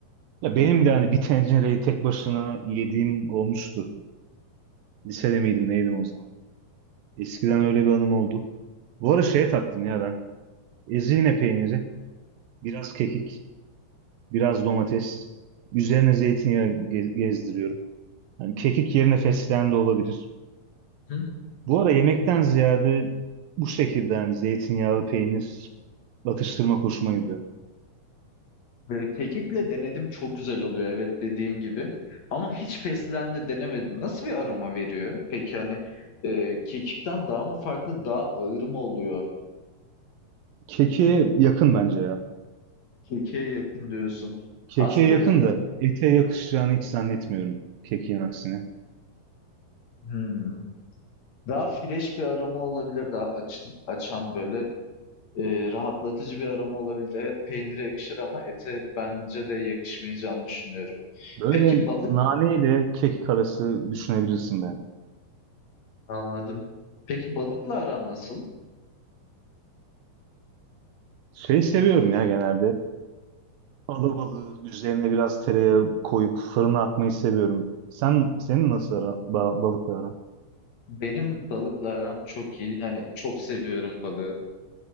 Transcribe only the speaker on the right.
ya benim de hani bir tencereyi tek başına yediğim olmuştu. Lisede miydim neydim o zaman. Eskiden öyle bir anım oldu. Bu ara şeye taktım ya ben. Ezine peyniri, biraz kekik, biraz domates. Üzerine zeytinyağı ge- gezdiriyorum. Yani kekik yerine fesleğen de olabilir.
Bu ara yemekten ziyade bu şekilde hani zeytinyağlı peynir atıştırma hoşuma gidiyor.
Keki yakın bence ya.
Keke
yakın
da ete yakışacağını hiç zannetmiyorum kekin aksine.
Böyle
nane ile kekik arası düşünebilirsin ben.
Şey seviyorum ya genelde. Alabalığı üzerine biraz tereyağı koyup fırına atmayı seviyorum. Sen senin nasıl ara, ba- balıkla aran?